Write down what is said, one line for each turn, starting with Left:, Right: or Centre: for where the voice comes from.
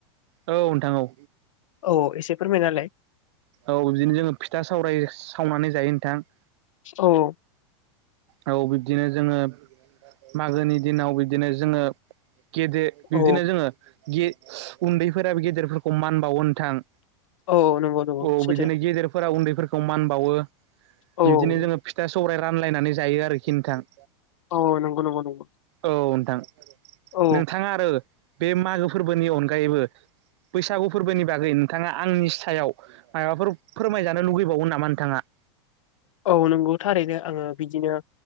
Right: औ नोंथां औ
Left: औ औ एसे फोरमायना होलाय
Right: औ बिदिनो जोङो फिथा सावराय सावनानै जायो नोंथां ।
Left: औ ।
Right: औ बिब्दिनो जोङो मागोनि दिनाव बिदिनो जोङो गेदे बिब्दिनो
Left: औ
Right: जोङोे गे उन्दैफोराबो गेदेरफोरखौ मान बावनो नोंथां ।
Left: औ नंगौ नंगौ
Right: औ
Left: सैथो
Right: बिदिनो गेदेरफोरा उन्दैफोरखौ मान बावो
Left: औ
Right: बिबदिनो जोङो फिथा सौराय रानलायनानै जायो आरोखि नोथां ।
Left: औ नंगौ नंगौ नंगौ
Right: औ नोंथां
Left: औ
Right: नोंथाङा आरो बे मागो फोरबोनि अनगायैबो बैसागु फोरबोनि बागै नोंथाङा आंनि सायाव माबाफोर फोरमायजानो लुगैबावगोन नामा नोंथाङा?
Left: औ नंगौ थारैनो आङो बिदिनो